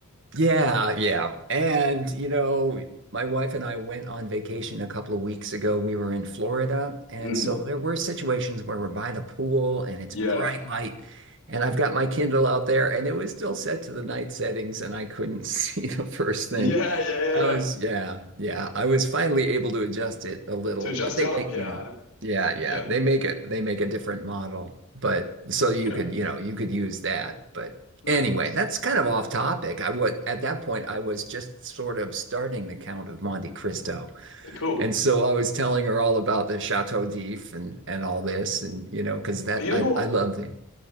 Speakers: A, on the right (about 60°); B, on the left (about 85°).
A: Yeah, yeah. And, you know, my wife and I went on vacation a couple of weeks ago. We were in Florida. And
B: Mm,
A: so there were situations where we're by the pool and it's
B: yeah,
A: bright light. And I've got my Kindle out there and it was still set to the night settings and I couldn't <laughs> see the first
B: yeah,
A: thing.
B: yeah, yeah,
A: I
B: yeah.
A: was, yeah, yeah. I was finally able to adjust it a little,
B: To adjust
A: but they
B: it up,
A: make,
B: yeah,
A: you know,
B: I know.
A: yeah, yeah.
B: yeah,
A: They make it, they make a different model. But so you
B: yeah.
A: could, you know, you could use that. But
B: No,
A: Anyway,
B: nice.
A: that's kind of off topic. I was at that point, I was just sort of starting the Count of Monte Cristo.
B: cool.
A: And so I was telling her all about the Chateau d'If and and all this and you know, because that
B: You
A: I
B: know what?
A: I love the